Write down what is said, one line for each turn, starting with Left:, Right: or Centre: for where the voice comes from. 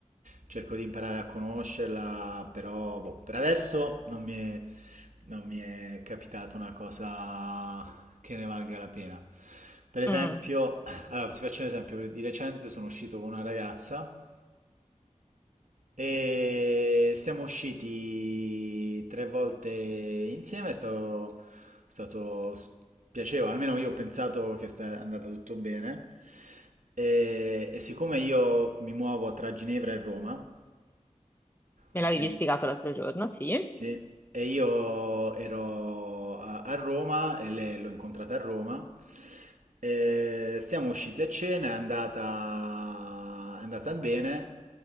Right: cerco di imparare a conoscerla, però boh, per adesso non mi è, non mi è capitata una cosa che ne valga la pena. Per esempio,
Left: mm.
Right: allora, vi faccio un esempio, di recente sono uscito con una ragazza. E siamo usciti tre volte insieme, è stato, è stato s- piacevole, almeno io ho pensato che sta andata tutto bene. E, e siccome io mi muovo tra Ginevra e Roma,
Left: Me
Right: ok?
Left: l'avevi spiegato l'altro giorno, sì.
Right: Sì, e io ero a, a Roma e lei l'ho incontrata a Roma. E siamo usciti a cena, è andata, è andata bene